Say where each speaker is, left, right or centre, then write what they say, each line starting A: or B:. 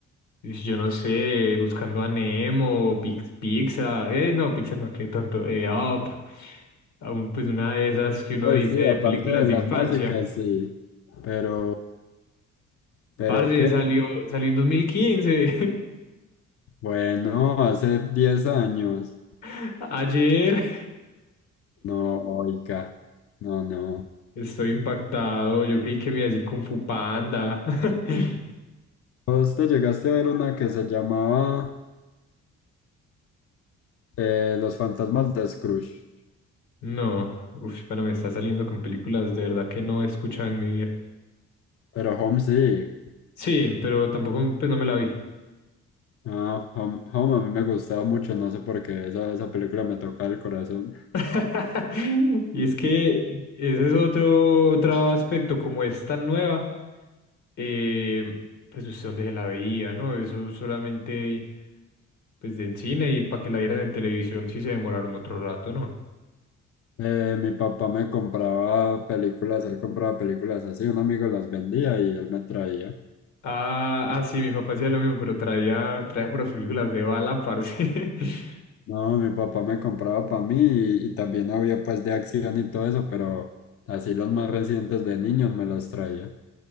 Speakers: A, on the left; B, on the left.
A: "Pues, yo no sé, buscando a Nemo, Pix- Pixar, eh, no, Pixar no, qué tonto, eh, Up, aún pues una de esas que uno
B: Pues
A: dice
B: sí,
A: de
B: aparte
A: películas
B: de las
A: de infancia.
B: básicas, sí. Pero, pero
A: Parce,
B: qué.
A: salió, salió en 2015
B: Bueno, hace 10 años.
A: <laughs> ayer.
B: No, oiga. No, no.
A: Estoy impactado, yo creí que me iba a decir Kung Fu Panda. <laughs>
B: Vos te llegaste a ver una que se llamaba eh, Los fantasmas de Scrooge.
A: No, uf, bueno, me está saliendo con películas de verdad que no he escuchado en mi vida.
B: Pero Home sí.
A: Sí, pero tampoco, pues no me la vi.
B: Ah, Home, Home a mí me gustaba mucho, no sé por qué. Esa, esa película me tocaba el corazón.
A: <laughs> Y es que ese es otro, otro aspecto, como es tan nueva, eh, pues usted dónde se la veía, ¿no? Eso solamente pues en cine y para que la vieran en televisión sí se demoraron otro rato, ¿no?
B: Eh, mi papá me compraba películas, él compraba películas así. Un amigo las vendía y él me traía.
A: Ah, ah, sí, mi papá hacía lo mismo, pero traía, traía por las películas de bala, parce. <laughs>
B: No, mi papá me compraba para mí y, y también había pues de acción y todo eso, pero así los más recientes de niños me los traía.